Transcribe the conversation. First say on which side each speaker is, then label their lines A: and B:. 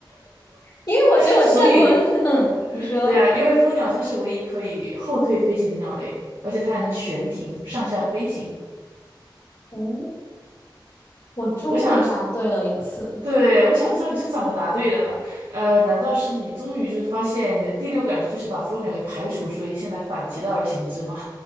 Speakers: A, on the left; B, on the right.
A: 因为我觉得我见过，
B: <laughs> 所以，
A: <laughs> 嗯，你说，
B: 对啊，因为蜂鸟它是唯一可以后退飞行的鸟类，而且它还能悬停上下飞行。
A: 哦，我终于答对了一次。
B: 我想是，对，我想知道你是怎么答对的。呃，难道是你终于就是发现你的第六感就是把蜂鸟给排除，所以现在反其道而行之吗？